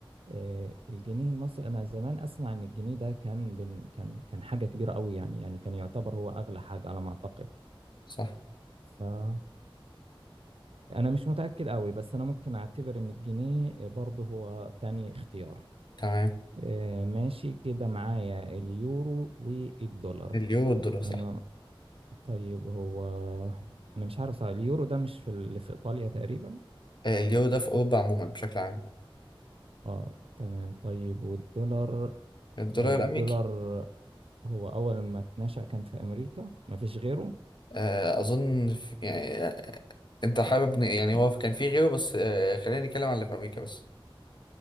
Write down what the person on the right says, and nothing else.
آه، الجنيه المصري انا زمان اسمع ان الجنيه ده كان بن كان كان حاجه كبيره قوي يعني يعني كان يعتبر هو اغلى حاجه على ما اعتقد
فأنا مش متأكد قوي بس أنا ممكن أعتبر إن الجنيه برضه هو تاني اختيار
آه، ماشي كده معايا اليورو والدولار
أنا طيب هو أنا مش عارف صح، اليورو ده مش في اللي في إيطاليا تقريبا
آه تمام طيب والدولار
طيب
الدولار هو أول ما اتنشأ كان في أمريكا مفيش غيره